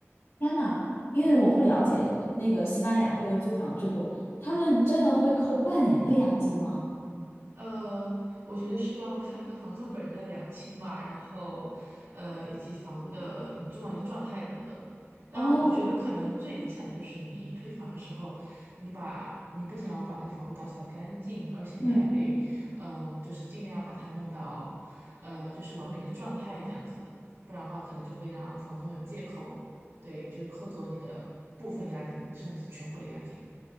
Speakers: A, on the left; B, on the right.
A: 天呐，因为我不了解我那个西班牙的这个租房制度，他们真的会扣半年的押金吗？
B: 呃，我觉得是要看那个房东本人的良心吧，然后，呃，以及房屋的你租完的状态等等。当然，
A: 哦，
B: 我觉得可能最理想的就是你退房的时候，你把你不仅要把那个房屋打扫干净，而且你还得，
A: 嗯。
B: 嗯、就是尽量把它弄到，呃，就是完美的状态这样子，不然的话可能就会让房东有借口，对，就是扣走你的部分押金，甚至全部的押金。